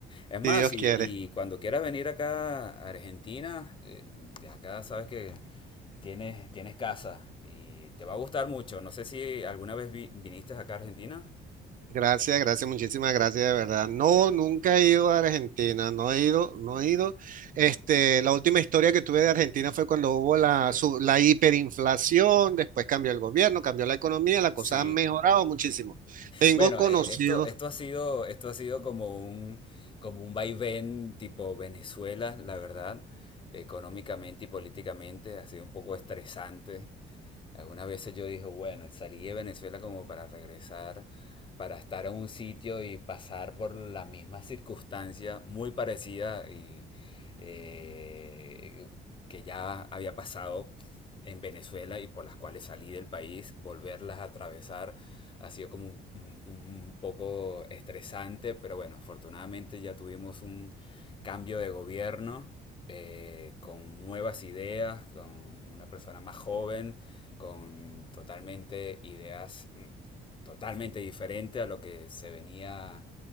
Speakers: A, on the left (about 25°); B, on the right (about 45°).
A: Es más,
B: si Dios
A: y,
B: quiere.
A: y cuando quieras venir acá a Argentina, eh, de acá sabes que tienes, tienes casa y te va a gustar mucho. No sé si alguna vez vi- viniste acá a Argentina.
B: Gracias, gracias, muchísimas gracias, de verdad. No, nunca he ido a Argentina, no he ido, no he ido. Este, la última historia que tuve de Argentina fue cuando hubo la, su- la hiperinflación, después cambió el gobierno, cambió la economía, las cosas
A: Sí.
B: han mejorado muchísimo. Tengo
A: Bueno,
B: conocidos,
A: eh, esto, esto ha sido, esto ha sido como un, como un vaivén tipo Venezuela, la verdad, económicamente y políticamente, ha sido un poco estresante algunas veces yo dije, bueno, salí de Venezuela como para regresar, para estar en un sitio y pasar por las mismas circunstancias muy parecidas y eh, que ya había pasado en Venezuela y por las cuales salí del país, volverlas a atravesar ha sido como un, un- un poco estresante, pero bueno, afortunadamente ya tuvimos un cambio de gobierno eh, con nuevas ideas, con una persona más joven con totalmente ideas mm, totalmente diferentes a lo que se venía